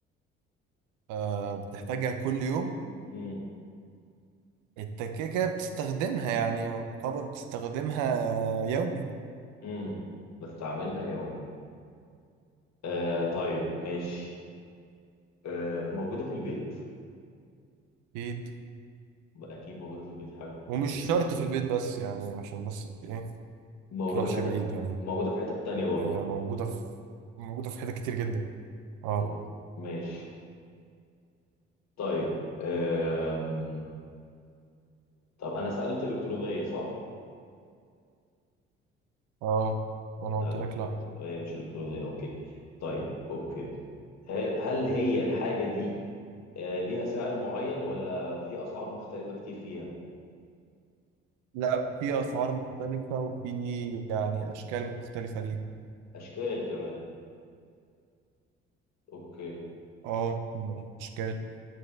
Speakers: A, on the right; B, on the left.
A: آه بتحتاجها كل يوم
B: امم
A: انت كده كده بتستخدمها يعني يعتبر بتستخدمها يومي
B: امم بستعملها يومي آه طيب ماشي آه موجودة في البيت
A: اكيد
B: أكيد موجودة في البيت حلو
A: ومش
B: ماشي عشان
A: شرط في البيت بس يعني عشان بس ايه
B: موجودة
A: تروحش
B: في حتة
A: بعيد يعني
B: موجودة في حتة تانية برضه
A: هي موجودة في موجودة في حتت كتير جدا اه
B: طب ماشي طيب آم... طب أنا سألت إلكترونية صح؟
A: اه وانا
B: سألت
A: قلت لك لا
B: هي مش إلكترونية أوكي طيب أوكي هل هل هي الحاجة دي آه ليها سعر معين ولا في أسعار مختلفة كتير فيها؟
A: لا في اسعار مختلفة وفي يعني اشكال مختلفة ليها
B: أشكال كمان أوكي
A: اه الاشكال